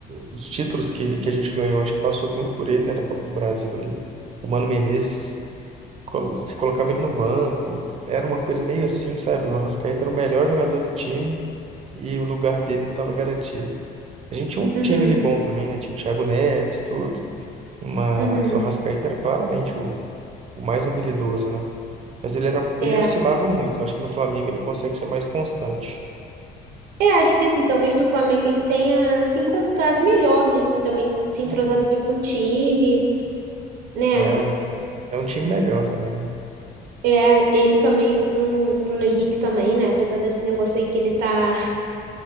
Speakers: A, on the right; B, on the right.
A: Os títulos que, que a gente ganhou, acho que passou muito por ele, né, da Copa do Brasil ali. O Mano Menezes, colo- se colocava ele no banco, era uma coisa meio assim, sabe? O Arrascaeta era o melhor jogador do time e o lugar dele não estava garantido. A gente tinha um time
B: Uhum,
A: ali bom também, né? Tinha o Thiago Neves, tudo, mas
B: uhum,
A: o Arrascaeta era claramente o, o mais habilidoso, né? Mas ele era, ele
B: é.
A: oscilava muito. Eu acho que no Flamengo ele consegue ser mais constante.
B: É, acho que assim, talvez no Flamengo ele tenha se encontrado melhor, né? Assim, também se entrosado
A: Uhum.
B: bem com o time, né?
A: É um, é um time melhor também.
B: É, ele também, Bruno, Bruno Henrique também, né? Apesar desse negócio aí que ele tá <laughs>